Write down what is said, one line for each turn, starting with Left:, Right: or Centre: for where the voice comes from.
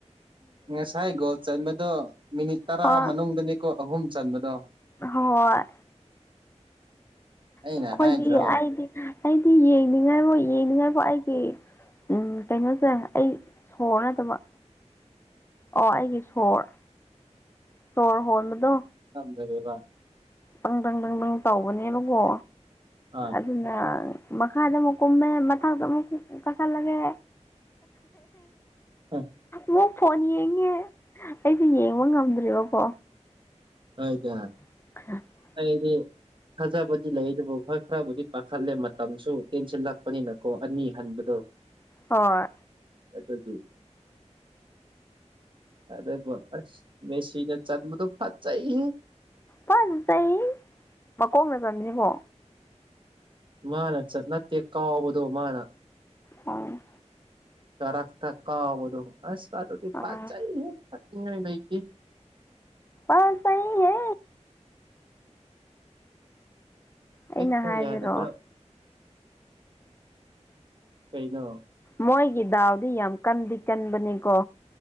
Right: ꯉꯁꯥꯏ ꯒꯣꯜ ꯆꯟꯕꯗꯣ ꯃꯤꯅꯤꯠ ꯇꯔꯥ
Left: ꯍꯣꯏ
Right: ꯃꯅꯨꯡꯗꯅꯤꯀꯣ ꯑꯍꯨꯝ ꯆꯟꯕꯗꯣ
Left: ꯍꯣꯏ
Right: ꯑꯩꯅ
Left: ꯑꯩꯈꯣꯏꯗꯤ
Right: ꯍꯥꯏꯗ꯭ꯔꯣ
Left: ꯑꯩꯗꯤ ꯑꯩꯗꯤ ꯌꯦꯡꯅꯤꯡꯉꯥꯏꯕꯨ ꯌꯦꯡꯅꯤꯡꯉꯥꯏꯕꯨ ꯑꯩꯒꯤ ꯎꯝ ꯀꯩꯅꯣꯁꯦ ꯑꯩ ꯁꯣꯔ ꯅꯗꯕ ꯑꯣ ꯑꯩꯒꯤ ꯁꯣꯔ ꯁꯣꯔ ꯍꯣꯟꯕꯗꯣ
Right: ꯀꯩꯗꯧꯏꯕ
Left: ꯄꯪ ꯗꯪ ꯗꯪ ꯗꯪ ꯇꯧꯕꯅꯦꯕꯀꯣ
Right: ꯑꯥ
Left: ꯑꯗꯨꯅ ꯃꯈꯥꯗ ꯑꯃꯨꯛ ꯀꯨꯝꯃꯦ ꯃꯊꯛꯇ ꯑꯃꯨꯛ ꯀꯈꯠꯂꯒꯦ
Right: ꯑꯣ
Left: ꯃꯨꯛ ꯐꯣꯟ ꯌꯦꯡꯉꯦ ꯑꯩꯁꯨ ꯌꯦꯡꯕ ꯉꯝꯗ꯭ꯔꯦꯕꯀꯣ
Right: ꯀꯥꯏꯗ
Left: <inaudible>
Right: ꯑꯩꯗꯤ ꯊꯥꯖꯕꯗꯤ ꯂꯩ ꯑꯗꯨꯕꯨ ꯈꯔ ꯈꯔꯕꯨꯗꯤ ꯄꯥꯈꯠꯂꯦ ꯃꯇꯝꯁꯨ ꯇꯦꯟꯁꯤꯜꯂꯛꯄꯅꯤꯅꯀꯣ ꯑꯅꯤ ꯍꯟꯕꯗꯣ
Left: ꯍꯣꯏ
Right: ꯑꯗꯨꯒꯤ ꯑꯗꯕꯨ ꯑꯁ ꯃꯦꯁꯤꯅꯦ ꯆꯟꯕꯗꯨ ꯐꯖꯩꯍꯦ
Left: ꯐꯖꯩ ꯃꯀꯣꯡꯅ ꯆꯟꯕꯅꯤꯀꯣ
Right: ꯃꯥꯅ ꯆꯠ ꯅꯠꯇꯦ ꯀꯥꯎꯕꯗꯣ ꯃꯥꯅ
Left: ꯑ
Right: ꯀꯔꯛꯇ ꯀꯥꯎꯕꯗꯣ ꯑꯁ ꯑꯗꯨꯗꯤ
Left: ꯑꯥ
Right: ꯐꯖꯩꯍꯦ ꯊꯠꯅꯤꯡꯉꯥꯏ ꯂꯩꯇꯦ
Left: ꯑꯁ ꯆꯩꯍꯦ
Right: ꯆꯠꯐꯥꯎ
Left: ꯑꯩꯅ ꯍꯥꯏꯕꯗꯣ
Right: ꯌꯥꯗꯕ ꯀꯩꯩꯅꯣ
Left: ꯃꯣꯏꯒꯤ ꯗꯥꯎꯗꯤ ꯌꯥꯝ ꯀꯟꯗꯤ ꯀꯟꯕꯅꯤꯀꯣ